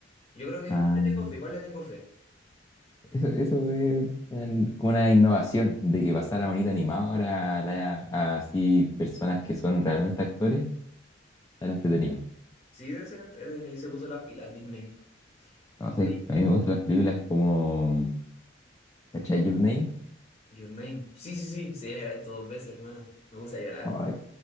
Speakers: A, on the left; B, on the left.
A: Yo creo que
B: Ah,
A: igual le tengo fe, igual le tengo fe.
B: Eso, eso es una- como una innovación de que pasara bonita animada ahora a, la- a así personas que son realmente actores tan entretenido
A: Sí, debe ser entre... desde ahí se puso las pilas, Disney.
B: No sé,
A: Oye,
B: a mí me gustan las películas como ¿Cachai Your Name?
A: Your Name. Sí, sí, sí, sí, me la vi dos veces, hermano. Me gusta llorar.
B: Ay,